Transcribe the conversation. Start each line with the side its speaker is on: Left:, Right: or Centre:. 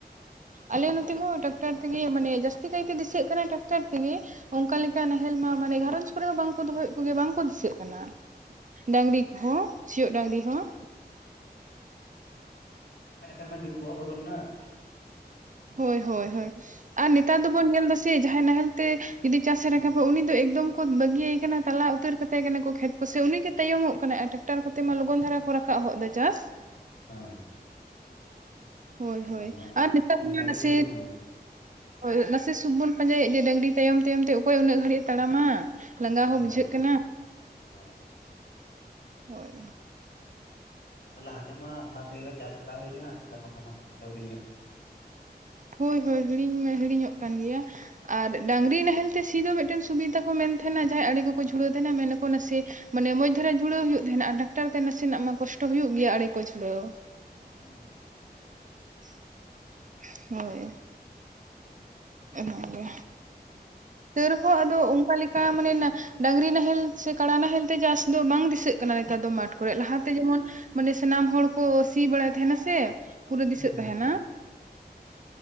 Right: ᱟᱞᱮ ᱱᱚᱛᱮ ᱦᱚᱸ ᱴᱨᱟᱠᱴᱟᱨ ᱛᱮᱜᱮ ᱢᱟᱱᱮ ᱡᱹᱥᱛᱤ ᱠᱟᱭᱛᱮ ᱫᱤᱥᱟᱹᱜ ᱠᱟᱱᱟ ᱴᱨᱟᱠᱴᱟᱨ ᱛᱮᱜᱮ ᱾ ᱚᱱᱠᱟ ᱞᱮᱠᱟ ᱱᱟᱦᱮᱞ ᱢᱟ ᱢᱟᱱᱮ ᱜᱷᱟᱨᱚᱧᱡᱽ ᱠᱚᱨᱮᱦᱚᱸ ᱵᱟᱝᱠᱚ ᱫᱚᱦᱚᱭᱮᱫ ᱠᱚᱜᱮᱭᱟ ᱵᱟᱝᱠᱚ ᱫᱤᱥᱟᱹᱜ ᱠᱟᱱᱟ ᱾ ᱰᱝᱨᱤ ᱠᱚᱦᱚᱸ ᱥᱤᱭᱚᱜ ᱰᱟᱝᱨᱤ ᱦᱚᱸ
Left: ᱮᱛᱟᱨ ᱢᱟ ᱡᱩᱜ ᱠᱚᱦᱚ ᱵᱚᱫᱚᱞ ᱱᱟ ᱾
Right: ᱦᱳᱭ ᱦᱳᱭ ᱦᱳᱭ ᱟᱨ ᱱᱮᱛᱟᱨ ᱫᱚᱵᱚᱱ ᱧᱮᱞ ᱫᱟ ᱥᱮ ᱡᱟᱦᱟᱸᱭ ᱱᱟᱦᱮᱞ ᱛᱮ ᱡᱩᱫᱤ ᱪᱟᱥ ᱮ ᱨᱟᱠᱟᱵᱟ ᱩᱱᱤ ᱫᱚ ᱮᱠᱫᱚᱢ ᱠᱚ ᱵᱟᱹᱜᱤᱭ ᱟᱭ ᱠᱟᱱᱟ ᱛᱟᱞᱟ ᱩᱛᱟᱹᱨ ᱠᱟᱛᱟᱭ ᱠᱟᱱᱟ ᱠᱷᱮᱛ ᱥᱮ ᱩᱱᱤᱜ ᱜᱮ ᱛᱟᱭᱚᱢᱚᱜ ᱠᱟᱱᱟ ᱴᱨᱟᱠᱴᱟᱨ ᱠᱚᱛᱮ ᱢᱟ ᱞᱚᱜᱚᱱ ᱫᱷᱟᱨᱟ ᱠᱚ ᱨᱟᱠᱟᱵ ᱦᱚ ᱮᱫᱟ ᱪᱟᱥ ᱾
Left: ᱦᱮᱸ
Right: ᱦᱳᱭ ᱦᱳᱭ
Left: ᱱᱮᱛᱟᱨ ᱢᱟ
Right: ᱟᱨ ᱱᱤᱛᱟᱨ
Left: ᱚᱱᱠᱟ
Right: ᱢᱟ ᱱᱟᱥᱮ
Left: ᱜᱮ ᱪᱟᱹᱞᱩᱜ ᱠᱟᱱᱟ
Right: ᱦᱭ ᱱᱟᱥᱮ ᱥᱩᱠ ᱵᱚᱱ ᱯᱟᱸᱡᱟᱭᱮᱫ ᱡᱮ ᱰᱟᱝᱨᱤ ᱛᱟᱭᱚᱢ ᱛᱟᱭᱚᱢᱛᱮ ᱚᱠᱚᱭ ᱩᱱᱟᱹᱜ ᱜᱷᱟᱹᱲᱤᱡ ᱮ ᱛᱟᱲᱟᱢᱟ? ᱞᱟᱸᱜᱟ ᱦᱚᱸ
Left: ᱦᱳᱭ
Right: ᱵᱩᱡᱷᱟᱹᱜ
Left: ᱦᱳᱭ
Right: ᱠᱟᱱᱟ
Left: ᱦᱳᱭ᱾
Right: ᱦᱳᱭ
Left: ᱞᱟᱦᱟᱛᱮᱢᱟ ᱚᱱᱟ ᱛᱮ ᱪᱟᱥ ᱵᱟᱲᱟ ᱦᱩᱭ ᱟᱠᱟᱱᱟ ᱱᱮᱛᱟᱨ ᱢᱟᱛᱚ ᱚᱱᱟ ᱠᱚ ᱡᱚᱛᱚ ᱦᱤᱲᱤᱧᱚᱜ ᱠᱟᱱᱟ ᱾
Right: ᱦᱳᱭ ᱦᱳᱭ ᱦᱤᱲᱤᱧ ᱢᱮ ᱦᱤᱲᱤᱧᱚᱜ ᱠᱟᱱ ᱜᱮᱭᱟ ᱾ ᱟᱨ ᱰᱟᱝᱨᱤ ᱱᱟᱦᱮᱞ ᱛᱮ ᱥᱤ ᱫᱚ ᱢᱤᱫᱴᱮᱱ ᱥᱩᱵᱤᱫᱟ ᱠᱚ ᱢᱮᱱ ᱛᱟᱦᱮᱱᱟ ᱡᱟᱦᱟᱸᱭ ᱟᱲᱮ ᱠᱚᱠᱚ ᱡᱷᱩᱲᱟᱹᱣ ᱛᱟᱦᱮᱱᱟ ᱢᱮᱱᱟᱠᱚ ᱱᱟᱥᱮ ᱢᱟᱱᱮ ᱢᱚᱸᱡᱽ ᱫᱷᱟᱨᱮ ᱡᱩᱲᱟᱹ ᱦᱩᱭᱩᱜᱜ ᱛᱟᱦᱮᱸᱱᱟ ᱰᱟᱠᱛᱟᱨ ᱛᱮ ᱱᱟᱥᱮᱱᱟᱜ ᱢᱟ ᱠᱚᱥᱴ ᱦᱩᱭᱩᱜᱳ ᱜᱮᱭᱟ ᱟᱨᱮ ᱠᱚ ᱡᱩᱲᱟᱹᱣ ᱾
Left: ᱦᱩᱸ ᱦᱩᱸ
Right: <inaudible> ᱦᱳᱭ ᱤᱱᱟᱹᱜᱮ ᱰᱟᱹᱨᱦᱚᱸ ᱟᱫᱚ ᱚᱱᱠᱟ ᱞᱮᱠᱟ ᱢᱟᱱᱮ ᱰᱟᱝᱨᱤ ᱱᱟᱦᱮᱞ ᱥᱮ ᱠᱟᱲᱟ ᱱᱟᱦᱮᱞ ᱛᱮ ᱪᱟᱥ ᱫᱚ ᱵᱟᱝ ᱫᱤᱥᱟᱹᱜ ᱠᱟᱱᱟ ᱱᱮᱛᱟᱨ ᱫᱚ ᱢᱟᱴᱷ ᱠᱚᱨᱮᱜ ᱞᱟᱦᱟᱛᱮ ᱡᱮᱢᱚᱱ ᱢᱟᱱᱮ ᱥᱟᱱᱟᱢ ᱦᱚᱲ ᱠᱚ ᱥᱤ ᱵᱟᱲᱟᱭ ᱛᱟᱦᱮᱱᱟ ᱥᱮ ᱯᱩᱨᱟᱹ ᱫᱤᱥᱟᱹᱜ
Left: ᱦᱩᱸ
Right: ᱛᱟᱦᱮᱸᱱᱟ
Left: ᱦᱩᱸ